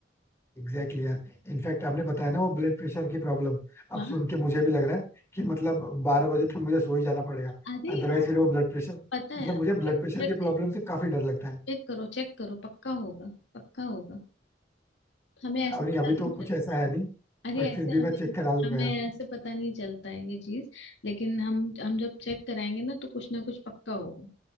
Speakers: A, on the left (about 15°); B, on the left (about 80°).
A: एग्जैक्टली exactly यार इनफैक्ट आपने बताया ना वो ब्लड प्रेशर की प्रॉब्लम अब
B: हाँ
A: सुन के मुझे भी लग रहा है कि मतलब बारह बजे तक मुझे सो ही जाना पड़ेगा
B: अरे
A: अदरवाइज
B: यार
A: फिर वो ब्लड प्रेशर
B: पता है
A: मतलब मुझे ब्लड
B: चेक
A: प्रेशर की
B: करो
A: प्रॉब्लम से काफी डर लगता है
B: चेक करो चेक करो पक्का होगा पक्का होगा हमें ऐसे
A: अब नहीं
B: पता
A: अभी
B: नहीं
A: तो
B: चलता
A: कुछ ऐसा है नहीं
B: अरे
A: बट
B: ऐसे
A: फिर भी मैं
B: हमें
A: चेक करा लूंगा
B: हमें
A: यार
B: ऐसे पता नहीं चलता है ये चीज लेकिन हम हम जब चेक कराएंगे ना तो कुछ ना कुछ पक्का होगा